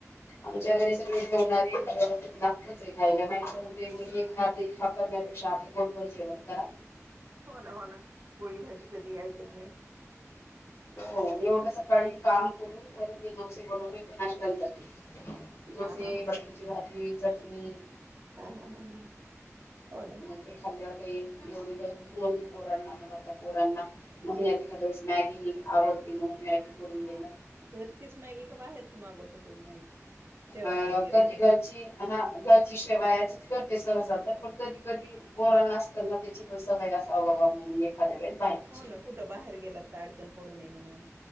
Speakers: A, on the left; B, on the right.
A: आमच्या घरी सग ठेवणारी लागतच आहे खायला मा खात कर <unintelligible> चालतंय. पोट भर जेवण करा.
B: हो ना हो ना पोळी भाजी कधी ऐकत नाही.
A: होवढं सकाळी काम करून परत मी डोसे बनवते. नाशता ही करते. डोसे,
B: हा हा हा
A: बटरीची भाजी, चटणी
B: हा हा, हा, ह हो
A: मग
B: ना.
A: ते खाल्ल्यावर एवढी काही पोरांना मग आता पोरांना महिन्यात एखाद्याेळेस मॅगी आवड -- मग मॅगी करून देणं.
B: घरचीच मॅगी का बाहेरची मागता तुम्ही मॅगी. शेवया
A: अ
B: वगैरे
A: कधी
B: घेऊन
A: घरची आ हा घरची शेवायाची. ते सहसा तर पण कधी कधी पोरांना न असताना त्याची पण सवय असा म्हणून एखाद्या वेळेस. बाहेरची
B: हो ना. कुठं बाहेर गेलात तर अडचण पडून नये. म्हणून